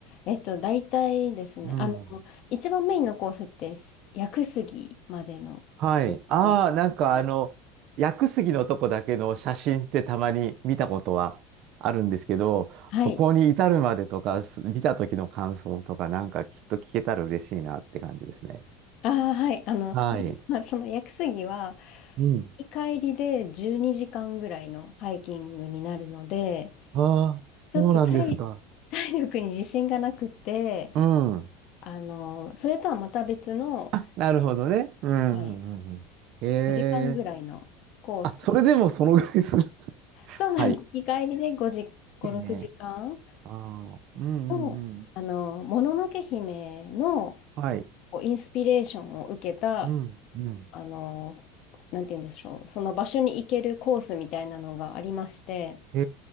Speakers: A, on the left; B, on the right.
A: えっと、大体ですね、
B: うん。
A: あの、一番メインのコースって、す屋久杉までのコースじゃないですか。
B: はい。ああ、なんかあの、薬杉のとこだけの写真ってたまに見たことはあるんですけど、
A: はい。
B: そこに至るまでとか、す見た時の感想とか、なんかきっと聞けたら嬉しいなって感じですね。
A: ああ、はい。あの、
B: はい。
A: 実はその屋久杉は、
B: うん。
A: 行き帰りで12時間ぐらいのハイキングになるので、
B: ああ、そうなんですか。
A: ちょっと体、体力に自信がなくて、
B: うん。
A: あの、それとはまた別の
B: あ、なるほどね。うん。
A: はい。
B: うんうんうんへ
A: 5時間ぐらいのコース。
B: え。あ、それでもそのぐらいする。<laughs>
A: そうなんです。
B: はい。
A: 日帰りで5時、5、
B: いいね。
A: 6時間
B: ああ。うんうんうん。
A: の、あの、もののけ姫の
B: はい。
A: こうインスピレーションを受けた、
B: うんうん。
A: あの、なんて言うんでしょう、その場所に行けるコースみたいなのがありまして、
B: へ